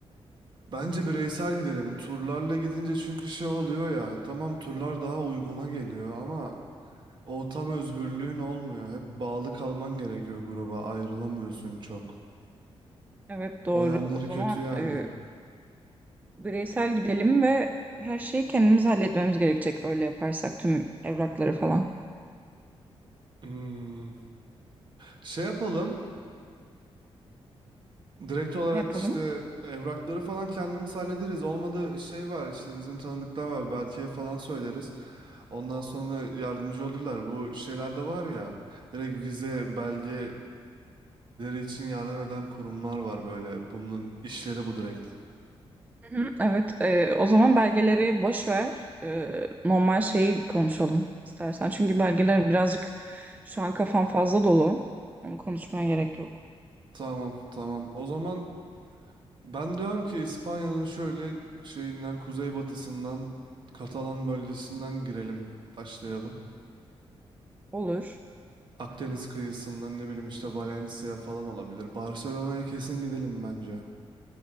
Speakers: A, on the right (about 50°); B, on the right (about 15°).
A: Bence bireysel gidelim. Turlarla gidince çünkü şey oluyor ya. Tamam turlar daha uyguna geliyor ama o tam özgürlüğün olmuyor. Hep bağlı kalman gerekiyor gruba. Ayrılamıyorsun çok.
B: Evet doğru.
A: O yanları
B: O zaman
A: kötü yani.
B: e, bireysel gidelim ve her şeyi kendimiz halletmemiz gerekecek. Öyle yaparsak tüm evrakları falan.
A: Hmm. Şey yapalım. Direkt olarak
B: Ne yapalım?
A: işte evrakları falan kendimiz hallederiz. Olmadı şey var işte bizim tanıdıklar var. Berke'ye falan söyleriz. Ondan sonra yardımcı olurlar. Bu şeyler de var ya. Direkt vize belgeleri için yardım eden kurumlar var böyle. Bunun işleri bu direkt.
B: Hı hı. Evet. e, o zaman belgeleri boş ver. E, normal şeyi konuşalım istersen. Çünkü belgeler birazcık şu an kafam fazla dolu. Onu konuşmaya gerek yok.
A: Tamam tamam. O zaman ben diyorum ki İspanya'nın şöyle şeyinden kuzeybatısından Katalan bölgesinden girelim. Başlayalım.
B: Olur.
A: Akdeniz kıyısından ne bileyim işte Valencia falan olabilir. Barcelona'ya kesin gidelim bence.